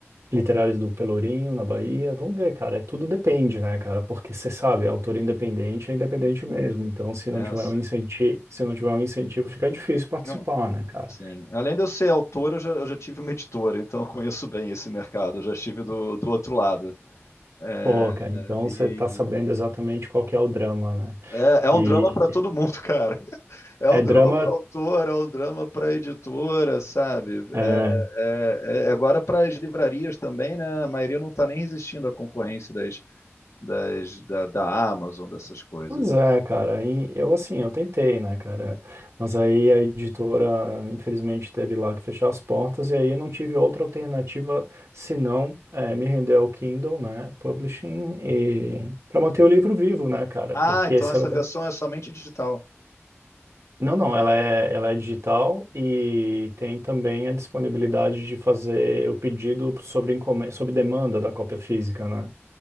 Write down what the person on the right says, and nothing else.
literários do Pelourinho, na Bahia. Vamos ver, cara. É, tudo depende, né, cara? Porque você sabe, é autor independente é independente mesmo. Então, se não
tiver
um incentivo, se não tiver um incentivo, fica difícil participar,
né, cara?
Pô, cara, então
você tá sabendo exatamente qual que é o drama, né?
E
é
drama.
é,
Pois é, cara, aí eu assim, eu tentei, né, cara, mas aí a editora, infelizmente, teve lá que fechar as portas, e aí eu não tive outra alternativa senão eh, me render ao Kindle, né, Publishing, e para manter o livro vivo, né, cara,
porque
se
ela...
Não, não, ela é, ela é digital e tem também a disponibilidade de fazer o pedido sobre, encome... sobre demanda da cópia física, né,